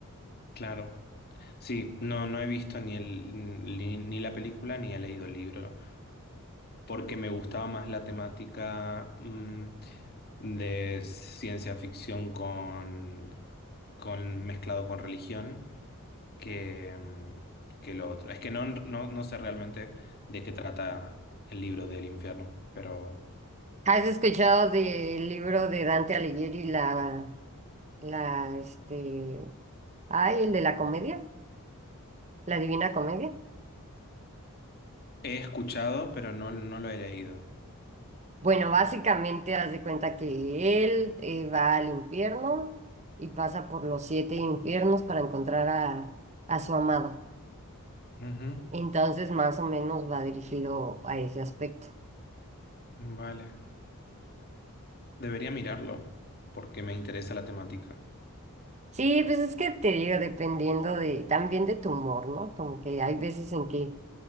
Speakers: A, on the left (about 45°); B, on the right (about 30°).
A: Claro. Sí, no, no he visto ni, el, ni, ni la película ni he leído el libro, porque me gustaba más la temática mm, de ciencia ficción con, con mezclado con religión. que, mm, que lo otro. Es que no, no, no sé realmente de qué trata el libro del infierno, pero
B: ¿Has escuchado del libro de Dante Alighieri, la La, este, ay, el de la comedia, la Divina Comedia.
A: he escuchado, pero no, no lo he leído.
B: Bueno, básicamente haz de cuenta que él eh, va al infierno y pasa por los siete infiernos para encontrar a, a su amada.
A: Ujú,
B: Entonces, más o menos va dirigido a ese aspecto.
A: Vale. Debería mirarlo, porque me interesa la temática.
B: Sí, pues es que te digo, dependiendo de, también de tu humor, ¿no? Como que hay veces en que